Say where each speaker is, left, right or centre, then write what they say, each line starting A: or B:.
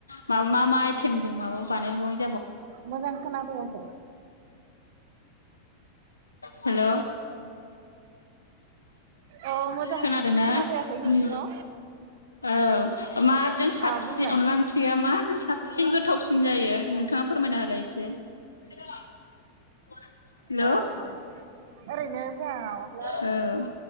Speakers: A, on the left (about 75°); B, on the right (about 50°).
A: मा मा आइ थेम जों माबा बानाय बय
B: मोजां खोना फैयाखै।
A: हेल'
B: औ मोजां
A: खोनादोंना
B: खोनाफैयाखै नोंनिखौ
A: उम ओ माजों साबसिन
B: अ बुंलाय
A: अनला ओंख्रिया माजों साबसिन गोथावसिन जायो? नोंथांङा फोरमायना होलाय। से हेल'
B: औ औ ओरैनो जोहा मालाब्ला
A: औ